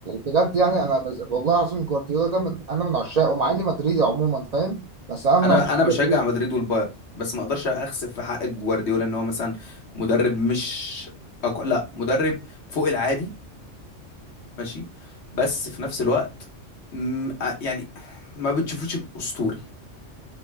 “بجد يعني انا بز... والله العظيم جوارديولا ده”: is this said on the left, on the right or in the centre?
Right